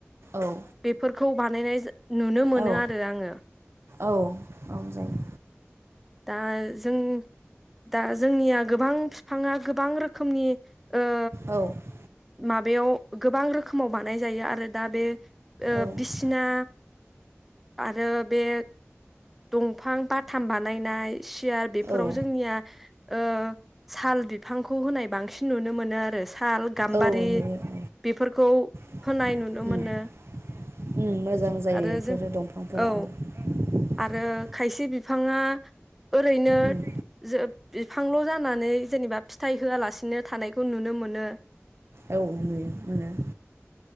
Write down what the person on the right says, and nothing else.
औ
औ
औ - औ जायो
औ
औ
औ
औ नुयो औ
<inaudible>
उम
औ नुयो मोनो <inaudible>